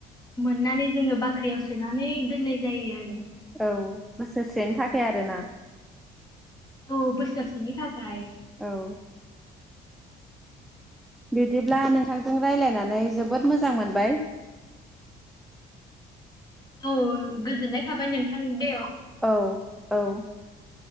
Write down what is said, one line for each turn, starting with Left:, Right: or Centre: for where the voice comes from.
Left: मोननानै जोंङो बाख्रियाव सोनानै दोननाय जायो आरो।
Centre: औ बोसोरसेनि थाखाय आरोना।
Left: औ बोसोरसेनि थाखाय।
Centre: औ । बिदिब्ला नोंथांजों रायज्लायनानै जोबोद मोजां मोनबाय ।
Left: औ गोजोननाय थाबाय नोंथां दे ।
Centre: औ औ ।